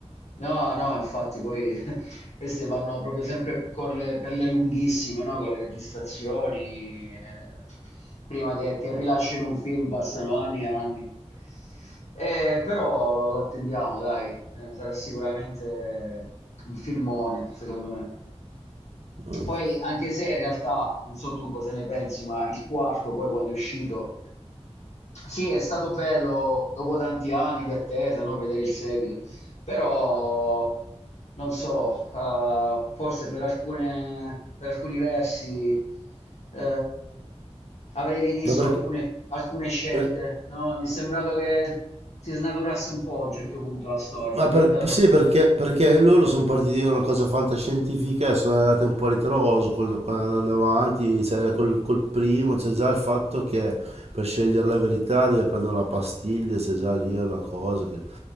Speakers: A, on the left; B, on the right.
A: No, no, infatti poi <laughs> queste vanno proprio sempre con le- per le lunghissime, no? Con le registrazioni. eh, prima che, che rilascino un film passano anni e anni. Eh, però lo, lo attendiamo, dai. Eh, sarà sicuramente un filmone, secondo me.
B: Eh.
A: Poi, anche se in realtà, non so tu cosa ne pensi, ma il quarto, poi quando è uscito sì, è stato bello dopo tanti anni di attesa, no, vedere il seguito, però non so, eh, forse per alcune- per alcuni versi eh, avrei rivisto
B: Ma perché,
A: alcune, alcune scelte,
B: per-
A: no? Mi è sembrato che si snaturasse un po' a un certo punto la storia,
B: Ma
A: è diventato...
B: per- sì, perché, perché loro sono partiti da una cosa fantascientifica e sono andati un po' a ritroso con- con- andando avanti, cioè, col, col primo, c'è già il fatto che per scegliere la verità deve prendere una pastiglia, c'è già lì una cosa che...